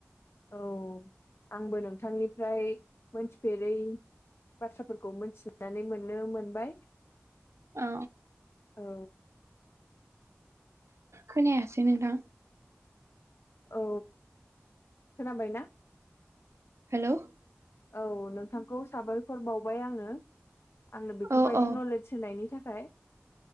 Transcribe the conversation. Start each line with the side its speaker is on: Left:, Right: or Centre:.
Left: औ आंबो नोंथांनिफ्राय मोनथिफेरै बाथ्राफोरखौ मोनथिनानै मोननो मोनबाय
Right: औ।
Left: औ।
Right: खोनायासै नोंथां
Left: औ खोनाबाय ना?
Right: हेलौ
Left: औ नोंथांखौ साबायखर बावबाय आङो आंनो बेफोरबायदि
Right: औ औ
Left: नले <unintelligible> सोनायनि थाखाय